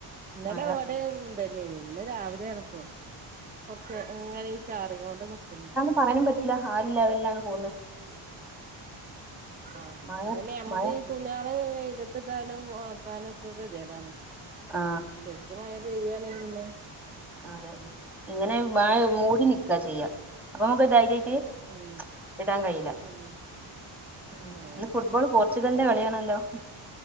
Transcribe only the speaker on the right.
ഇന്നലെ
ഇവടിം ഇതന്നേനീ ഇന്ന് രാവില്യെ ആണ്പ്പോ. കൊറച്ച് ഇങ്ങനേയ് ചാറീങ്ങോണ്ട് നിക്ക്ന്ന്.
ആഹ്
അതന്നെ നമ്മക്ക്
തുണ്യള് വെയ്ലത്തിടാനും ഒണക്കാനും ഒക്കെ ഗത്യേടാണ്.
ശെര്ക്കൂ മഴ പെയ്യാണേയ് പിന്നെ
ഉം
ഉം
ആഹ്